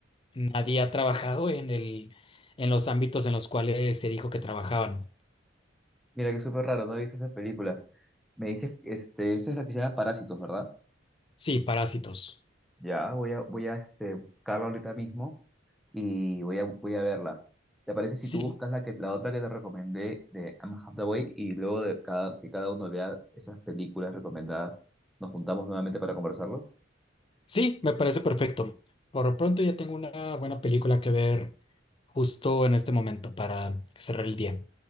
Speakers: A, on the left; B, in the centre.
A: nadie ha trabajado en el, en los ámbitos en los cuales se dijo que trabajaban.
B: Mira, que súper raro, no he visto esa película. Me dices, este, esta es la que se llama Parásitos, ¿verdad?
A: Sí, parásitos.
B: Ya, voy a, voy a este, buscarla ahorita mismo y voy a, voy a verla. ¿Te parece si
A: Sí,
B: tú buscas la, que, la otra que te recomendé de Anne Hathaway y luego de cada, que cada uno vea esas películas recomendadas, nos juntamos nuevamente para conversarlo?
A: Sí, me parece perfecto. Por lo pronto ya tengo una buena película que ver justo en este momento para cerrar el día.